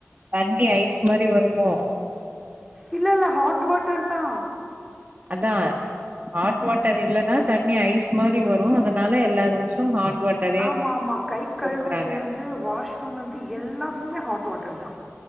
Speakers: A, on the right (about 35°); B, in the centre.
A: தண்ணி ஐஸ் மாரி வருமோ
B: இல்ல இல்ல ஹாட் வாட்டர் தா
A: அதா ஹாட் வாட்டர் இல்லன்னா தண்ணி ஐஸ் மாரி வரு அதனால எல்லா ரூம்ஸு ஹாட் வாட்டரே
B: ஆமா ஆமா கை கழுவுறதுலிர்ந்து
A: குடுக்குறாங்க
B: வாஷ்ரூம்லருந்து எல்லாத்துக்குமே ஹாட் வாட்டர் தா